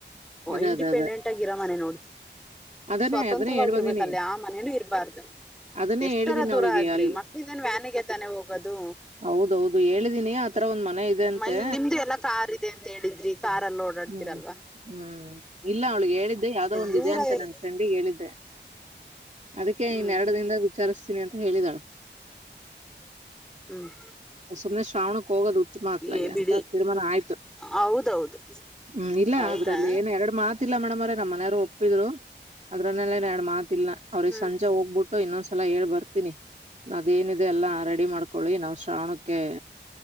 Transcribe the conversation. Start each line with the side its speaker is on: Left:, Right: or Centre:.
Right: ಅದೇ
Centre: ಇಂಡಿಪೆಂಡೆಂಟ್
Right: ಅದೇ ಅದೇ
Centre: ಆಗಿ ಇರೋ ಮನೆ ನೋಡಿ.
Right: ಅದನ್ನೇ
Centre: ಸ್ವತಂತ್ರವಾಗಿರ್ಬೇಕಲ್ಲೇ
Right: ಅದನ್ನೇ ಹೇಳ್ ಬಂದಿನಿ
Centre: ಆ ಮನೇನುೂ ಇರಬಾರ್ದು
Right: ಅದನ್ನೇ
Centre: ಎಷ್ಟರ
Right: ಹೇಳಿದೀನಿ
Centre: ದೂರ.
Right: ಅವಳಿಗೆ
Centre: ಆಲಿ
Right: ಅಲ್ಲಿ
Centre: ಮಕ್ಳಿಂದೇನ್ ವ್ಯಾನಿಗೆ ತಾನೆ ಹೋಗೋದು.
Right: ಹೌದೌದು ಹೇಳಿದೀನಿ ಆತರ ಒಂದ್ ಮನೆ ಇದೆ ಅಂತೆ
Centre: ಮೈನ್ ನಿಮ್ದು ಎಲ್ಲಾ ಕಾರ್ ಇದೆ ಅಂತ ಹೇಳಿದ್ರಿ ಕಾರಾರ್ಲ್ಲಿ ಓಡಾಡ್.
Right: ಹ್ಮ್
Centre: ಹರಲ್ವ.
Right: ಹ್ಮ್ ಇಲ್ಲ ಅವ್ಳಿಗೆ ಹೇಳಿದ್ದೆ ಯಾವವು್ದೋ ಒಂದು
Centre: ದೂರ
Right: ಇದೆ ಅಂತೆ
Centre: ಇರ್
Right: ನನ್ ಫ್ರೆಂಡ್. ಹೇಳಿದ್ದೆ ಅದಕ್ಕೆ
Centre: ಹ್ಮ್
Right: ಇನ್ನೆರಡು ದಿಂದ ವಿಚಾರಿಸ್ತೀನಿ ಅಂತ ಹೇಳಿದಾಳೆ.
Centre: ಹ್ಮ್
Right: ಸುಮ್ನೆ ಶ್ರಾವಣಕ್ಕೆ ಹೋಗೋದು ಉತ್ತಮ ಅತ್ಲಗೆ
Centre: ಏ ಬಿಡಿ
Right: ಅಂತ ತೀರ್ಮಾನ ಆಯ್ತು
Centre: ಹೌದೌದು
Right: ಹ್ಮ್ ಇಲ್ಲ
Centre: ಹೌದಾ
Right: ಅದ್ರಲ್ಲಿ ಏನ್ ಎರಡು ಮಾತಿಲ್ಲ ಮೇಡಮ್ ಅವ್ರ ನಮ್ಮ ಮನೆಯಾರರು ಒಪ್ಪಿದ್ರು ಅದ್ರಲ್ಲ ಏನ್ ಎರಡು ಮಾತ್. ಲ್ಾ ಅವ್ರಿಗೆ
Centre: ಹ್ಮ್
Right: ಸಂಜೆ ಹೋಗ್ಬಿಟ್ಟು ಇನ್ನೊಂದ್ಸಲ ಹೇಳ್ ಬರ್ತೀನಿ. ಅದೇನಿದೆ ಎಲ್ಲ ರೆಡಿ ಮಾಡ್ಕೊಳ್ಳಿ ನಾವ್ ಶ್ರಾವಣಕ್ಕೆ